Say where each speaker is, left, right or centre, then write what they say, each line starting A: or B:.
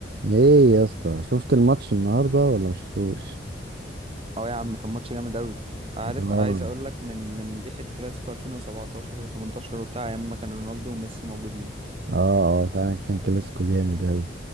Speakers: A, on the right; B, on the right.
A: ايه يا اسطى شفت الماتش النهارده ولا ما شفتوش
B: اه يا عم كان ماتش جامد قوي عارف
A: اه
B: عايز اقول لك من من ريحه كلاسيكو 2017 و18 وبتاع ايام ما كان رونالدو وميسي موجودين
A: اه اه فعلا كان كلاسيكو جامد اوي